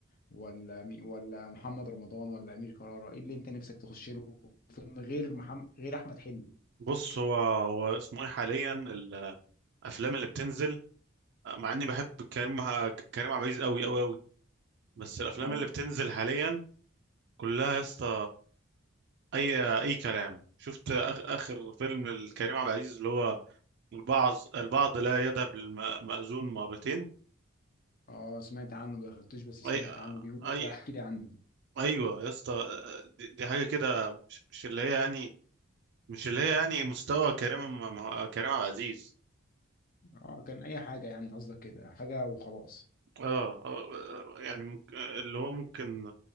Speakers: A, on the left; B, on the right.
A: ولا مي... ولا محمد رمضان ولا امير كرارة ايه اللي انت نفسك تخش له فيلم غير محمد غير احمد حلمي
B: بص هو هو اسمه ايه حاليا الافلام اللي بتنزل مع اني بحب كريم كريم عبد العزيز قوي قوي قوي بس الافلام
A: اه
B: اللي بتنزل حاليا كلها يا اسطى اي اي كلام شفت آخ اخر فيلم الكريم عبد العزيز اللي هو البعض البعض لا يذهب للمأذون مرتين
A: اه سمعت عنه ما دخلتوش بس سمعت
B: اي
A: عنه بيقولوا
B: اي
A: بقى احكي لي عنه
B: ايوه يا اسطى دي, دي حاجه كده مش, مش اللي هي يعني مش اللي هي يعني مستوى كريم كريم عبد العزيز
A: اه كان اي حاجه يعني قصدك كده حاجه وخلاص
B: اه آه، يعني ممكن اللي هو ممكن